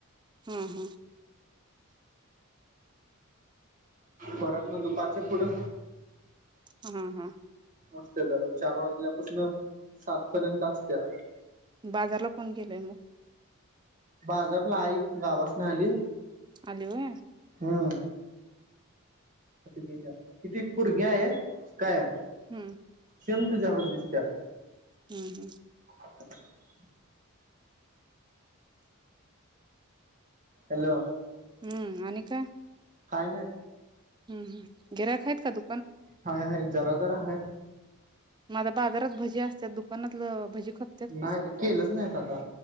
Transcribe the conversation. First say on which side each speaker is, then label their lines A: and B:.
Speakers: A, on the right (about 20°); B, on the right (about 35°).
A: हा हा
B: परतन दुपारच्या पुढं
A: अ हा हा
B: असत्या जरा चार वाजल्यापसनं सात पर्यंत असत्या
A: बाजारला कोण गेलय म?
B: बाजारला आई गावासन आली
A: आली वय?
B: हा अता गेल्या इथ एक पुरगी आये काय
A: हम्म
B: सेम तुज्यागत दिस त्या
A: हम् हम्म
B: <inaudible> हॅलो
A: हम्म आणि काय?
B: काय नाय
A: हम् हम् गिरायक हायत का दु
B: हाय हाय जरा जरा हाय
A: माझ बाजारात भजी असतात दुकानातल भजी खपतात
B: नाय
A: का
B: केलंच नाहीत आता